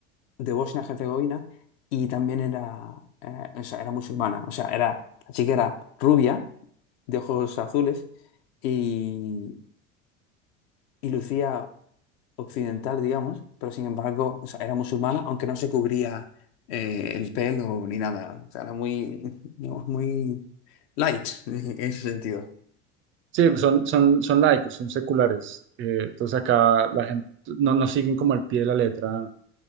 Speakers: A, on the left (about 65°); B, on the right (about 35°).
A: de Bosnia-Herzegovina y también era, eh, o sea, era musulmana. O sea, era, la chica era rubia, de ojos azules y, y lucía occidental, digamos, pero sin embargo, o sea, era musulmana, aunque no se cubría eh, el pelo ni nada. O sea, era muy, <laughs> digamos, muy light <laughs> en ese sentido.
B: Sí, son, son, son laicos, son seculares. Eh, entonces acá la gente no, no siguen como al pie de la letra